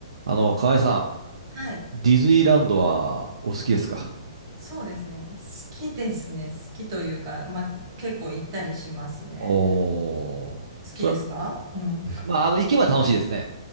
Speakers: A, on the right; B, on the right.
A: あの、河合さん、
B: はい。
A: ディズニーランドはお好きですか
B: そうですね。好きですね。好きというか、まあ、結構行ったりしますね。
A: おー。
B: 好きですかうん。
A: それ、まあ、あの、行けば楽しいですね。